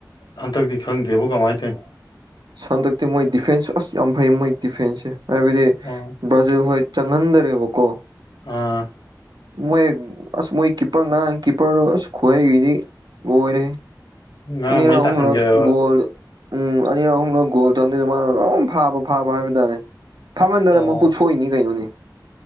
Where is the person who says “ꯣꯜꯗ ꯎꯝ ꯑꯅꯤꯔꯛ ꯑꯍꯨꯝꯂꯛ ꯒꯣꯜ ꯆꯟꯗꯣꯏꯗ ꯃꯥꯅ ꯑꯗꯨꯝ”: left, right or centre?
Right